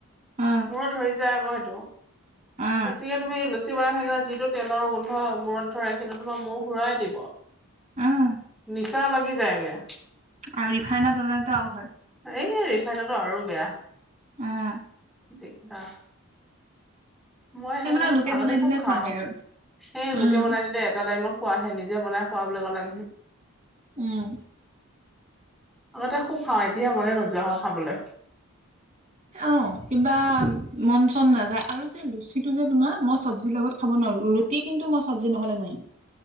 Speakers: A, on the right; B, in the centre.
A: অ
B: মোৰো ধৰি যায় আকৌ সেইটো।
A: অ
B: বেছিকে তুমি লুচি বনাই থাকিলে। যিটো তেলৰ গোন্ধ মূৰত ধৰে, সেইটো তোমাৰ মূৰ ঘূৰাই দিব।
A: উম
B: নিচা লাগি যায়গে।
A: আৰু ৰিফাইনৰ তেলেতো আৰু হয়।
B: এই ৰিফাইনটো আৰু বেয়া।
A: উম।
B: দিগদা। মই
A: সেইবিলাক
B: সেইকাৰণে
A: লোকে
B: আগতে
A: বনাই
B: খুব
A: দিলে
B: খাও।
A: খোৱাহে আৰু
B: সেই
A: উম
B: লোকে বনাই দিলে এটা টাইমত। খোৱাহে নিজে বনাই খোৱা বুলি ক'লে উহু।
A: উম।
B: আগতে খুব খাওঁ এতিয়ায়া মনে নোযোৱা হ'ল খাবলৈ।
A: অ কিবা মন চন নাযায় আৰু যে লুচিটো যে তোমাৰ মই চব্জিৰ লগত খাব নোৱাৰো। কি কিন্তু মই চবজি নহ'লে নোবাৰিম।